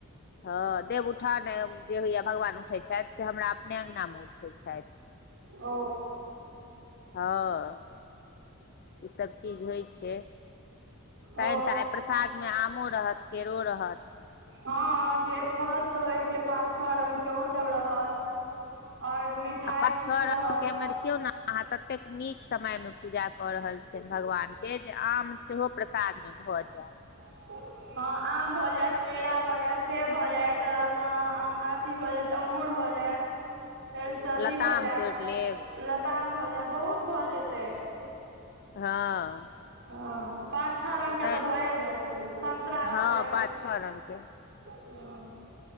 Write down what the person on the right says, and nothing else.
ओ
ओ
हँ जे फल सब होइ छै पाँच छओ रंग के ओ सब रहत आओर मिठाइ
किछु
रहत
ह हँ आम भऽ जायत केरा भऽ जायत सेब भऽ जायत अथी भऽ जायत अंगूर भऽ जायत फेर अथी
भऽ जायत
लताम भऽ जायत बहुत भऽ जेतै
हँ पाँच छओ रङ्गके
तऽ भए जाइ छै सन्तरा
भऽ गेल
हँ